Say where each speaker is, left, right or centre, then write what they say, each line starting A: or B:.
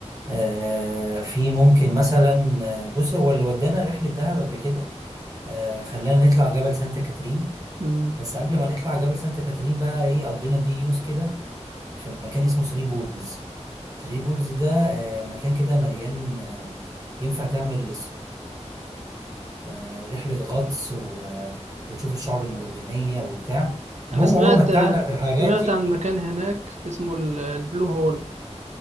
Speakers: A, on the right; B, on the right.
A: أه في ممكن مثلا آه، بص هو اللي ودانا رحلة دهب قبل كده أه خلانا نطلع جبل سانت كاترين
B: امم
A: بس قبل ما نطلع جبل سانت كاترين بقى إيه قضينا دي يوز كده في مكان اسمه ثري بولز ثري بولز ده أه مكان كده مليان آه، ينفع تعمل آه، رحلة غطس و... وتشوف الشعب المرجانية وبتاع المهم
B: انا سمعت
A: هو متعنا في الحاجات
B: سمعت
A: دي
B: عن مكان
A: <laughs>
B: هناك اسمه ال- البلو هول